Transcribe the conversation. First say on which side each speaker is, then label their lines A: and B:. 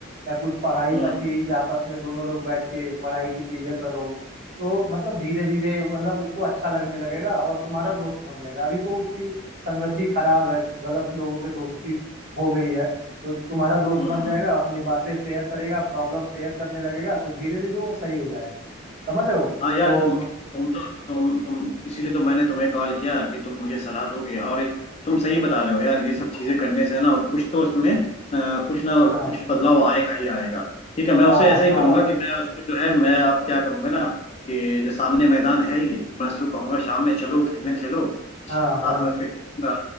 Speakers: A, on the right (about 45°); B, on the left (about 30°).
A: या कुछ पढ़ाई
B: हाँ,
A: का चीज
B: हाँ,
A: आपस में दोनों लोग बैठ के पढ़ाई की चीजें करो तो मतलब धीरे धीरे मतलब उसको अच्छा लगने लगेगा और तुम्हारा दोस्त बन जाएगा अभी तो उसकी संगति खराब है गलत लोगों के दोस्ती हो गई है तो तुम्हारा दोस्त
B: हाँ,
A: बन जाएगा
B: हाँ,
A: अपनी बातें शेयर करेगा प्रॉब्लम शेयर करने लगेगा तो धीरे धीरे वो सही हो जाएगा समझ रहे हो
B: हाँ यार
A: तो
B: तुम तुम तो तुम तुम इसीलिए तो मैंने तुम्हें कॉल किया कि तुम मुझे सलाह दोगे और ये- तुम सही बता रहे हो यार ये सब चीजें करने से ना कुछ तो उसमें अ, कुछ ना
A: हाँ
B: कुछ बदलाव आएगा ही आएगा ठीक है मैं उसे
A: हाँ
B: ऐसा ही
A: हाँ
B: करूंगा कि मैं उसको जो है मैं अब क्या करूंगा ना कि जो सामने मैदान है ही मैं उसको कहूंगा शाम में चलो खेलने चलो
A: हाँ
B: साथ
A: हाँ
B: में उसके खेलूंगा